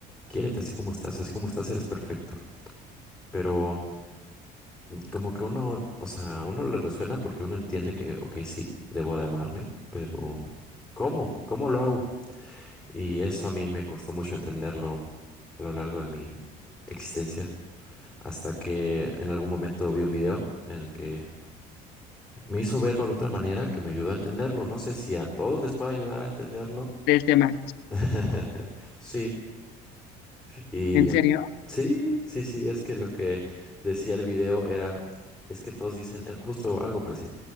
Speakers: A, in the centre; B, on the left.
A: quiérete así como estás, así como estás eres perfecto, pero mm, como que uno, o sea, uno le resuena porque uno entiende que, ok, sí, debo de amarme, pero ¿cómo? ¿Cómo lo hago? Y eso a mí me costó mucho entenderlo a lo largo de mi existencia, hasta que en algún momento vi un video en el que me hizo verlo de otra manera que me ayudó a entenderlo. No sé si a todos les puede ayudar a entenderlo.
B: Del tema.
A: <laughs> Sí. Y
B: ¿En serio?
A: sí, sí, sí, es que lo que decía el video era, es que todos dicen eh, justo algo parecido.